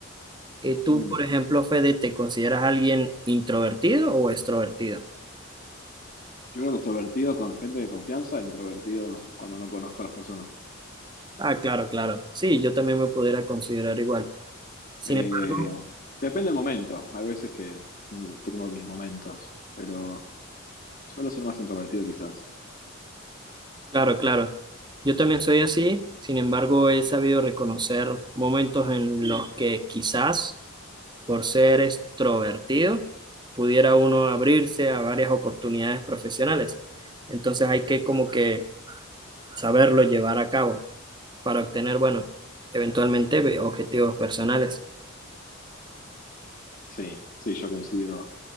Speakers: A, on the right; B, on the left.
A: Eh, tú,
B: Mm.
A: por ejemplo, Fede, te consideras alguien introvertido o extrovertido?
B: Yo creo que extrovertido con gente de confianza, introvertido cuando no conozco a las personas.
A: Ah, claro, claro. Sí, yo también me pudiera considerar igual. Sin
B: Eh,
A: embargo,
B: depende del momento. A veces que mm, tengo mis momentos, pero suelo ser más introvertido quizás.
A: claro, claro. Yo también soy así, sin embargo, he sabido reconocer momentos en los que quizás, por ser extrovertido, pudiera uno abrirse a varias oportunidades profesionales. Entonces hay que como que saberlo llevar a cabo. para obtener, bueno, eventualmente ve- objetivos personales.
B: Sí, sí, yo coincido.